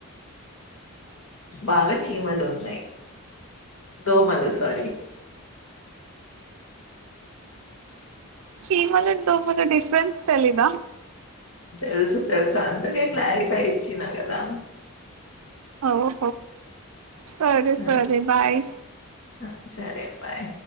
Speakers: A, on the left (about 70°); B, on the right (about 80°).
A: బాగా చీమలు ఉన్నాయి దోమలు సారీ
B: చీమలుకు దోమలుకు డిఫరెన్స్ తెలియదా
A: తెలుసు తెలుసు అందుకే క్లారిఫై ఇచ్చినా కదా
B: అఓహ సరే
A: ఆ,
B: సరే బాయ్
A: ఆ, సరే బాయ్